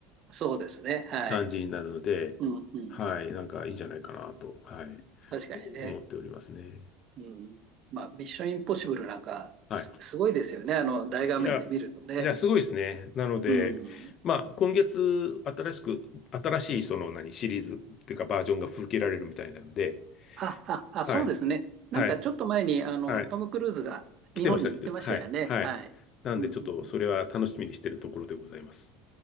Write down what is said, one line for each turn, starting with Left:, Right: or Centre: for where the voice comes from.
Right: そうですね。はい。
Left: 感じになるので、
Right: うん、うん、
Left: はい、
Right: うん。
Left: なんかいいんじゃないかなと、はい、
Right: 確かにね。
Left: 思っておりますね。
Right: うん。まあ、ミッションインポッシブルなんか、
Left: はい。
Right: す、すごいですよね。あの、大画面で見るとね。
Left: いや、じゃあすごいですね。なので、
Right: うん。
Left: まあ、今月、新しく、新しい、その、何、シリーズっていうか、バージョンが吹けられるみたいなんで、
Right: あ、あ、あ、
Left: はい、
Right: そうですね。なんかちょっと前に、
Left: はい、
Right: あの、
Left: はい。
Right: トム・クルーズが日本に行ってましたよね。
Left: 来てました、来てました。はい、はい。
Right: はい。
Left: なんで、
Right: うん、うん、
Left: ちょっと、
Right: うん。
Left: それは楽しみにしてるところでございます。